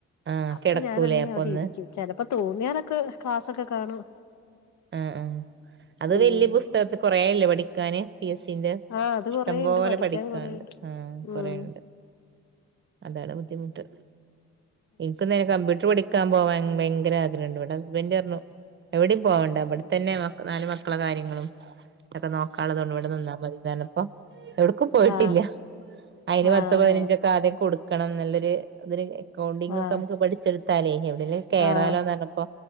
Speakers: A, on the right (about 40°); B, on the left (about 65°).
A: ആഹ്
B: അപ്പൊ
A: കിടക്കൂലേ
B: ഞാൻ അങ്ങനെ
A: അപ്പൊ
B: അവിടെ
A: ഒന്ന്
B: ഇരിക്കും ചിലപ്പോ തോന്നിയാലൊക്കെ ക്ലാസ്സൊക്കെ കാണും.
A: ആഹ് ആ അത്
B: ഉം
A: വല്യ പുസ്തകത്തികുറേല്ലേ പഠിക്കാന് പി എസ് സി. അ
B: ആഹ് അത്
A: ഇഷ്ടം
B: കൊറേണ്ട്
A: പോലെ
B: പഠിക്കാൻ
A: പഠിക്കാണ്ട്
B: കൊറേണ്ട്
A: ആ
B: ഉം
A: കൊറെയിണ്ട്. അതാണ് ബുദ്ധിമുട്ട് എനിക്കന്നെ കമ്പ്യൂട്ടർ പഠിക്ക. ക്കാൻ പോവാൻ ഭയങ്കര ആഗ്രഹണ്ട് ഇവിടെ ഹസ്ബൻഡറഞ്ഞു എവിട പോവാണ്ട. വിടെത്തന്നെ നാല് മക്കളെ കാര്യങ്ങളും ഒക്കെ നോക്കാുള്ളതൊണ്ട് ഇവിടെ നിന്നാൽ മതിറഞ്ഞപ്പോ. എവിടക്കും പോയിട്ടില്ല
B: ആഹ്
A: അയിന് പത്തപതിനഞ്ചൊക്കെ
B: ആഹ് ആഹ്
A: ആദ്യം കൊടുക്കണം ന്നല്ലൊരു ഇതിന്. അക്കൗണ്ടിംഗ
B: ആഹ്
A: ഒക്കെ നമുക്ക് പഠിച്ചെടുത്താലേ. അതില് കേറാലോന്ന്
B: ആഹ്
A: പറഞ്ഞപ്പോ